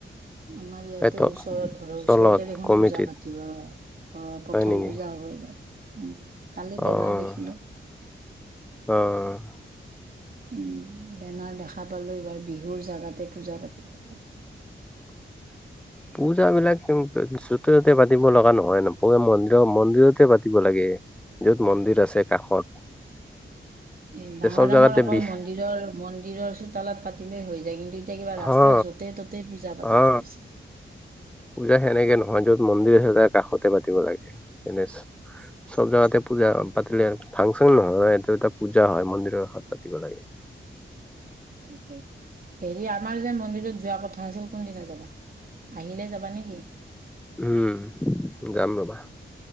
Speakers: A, on the right (about 45°); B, in the centre.
A: আমাৰ ইয়াতে।
B: এই
A: ওচৰত ঘৰৰ ওচৰতে
B: তলত
A: দেখোন
B: কমিটিত
A: পূজা পাতিব। অ' প্ৰথম
B: হয় নেকি?
A: পূজা হব এইবাৰ। উম, কালি
B: অ',
A: বেনাৰ দেখিলো।
B: অ'।
A: উম বেনাৰ দেখা পালো। এইবাৰ বিহুৰ জাগাতে পূজা পাতিব এইবাৰ।
B: <unintelligible> পূজাবিলাক ওম য'তে ত'তে পাতিব লগা নহয় ন? পূজা মন্দিৰ মন্দিৰতে পাতিব লাগে। য'ত মন্দিৰ আছে
A: তাকে
B: কাষত।
A: এ ডাঙৰ
B: যে চব
A: ডাঙৰ
B: জেগাতে
A: অকল
B: বিষ
A: মন্দিৰৰ মন্দিৰৰ চোতালত পাতিলেই হৈ যায়। কিন্তু এতিয়া কিবা ৰাস্তা
B: হা
A: য'তে ত'তে পূজা পাতা
B: অ
A: ধৰিছে।
B: পূজা সেনেকে নহয়। য'ত মন্দিৰ আছে তাৰ কাষতে পাতিব লাগে এনে চব জাগাতে পূজা পাতিলে, ফাংচন নহয়। এটো এটা পূজা হয় মন্দিৰৰ কাষত পাতিব লাগে। <unintelligible>
A: তাকে, হেৰি আমাৰ যে মন্দিৰত যোৱা কথা আছিল, কোনদিনা যাবা? আহিলে যাবা নে কি?
B: উম, যাম ৰবা।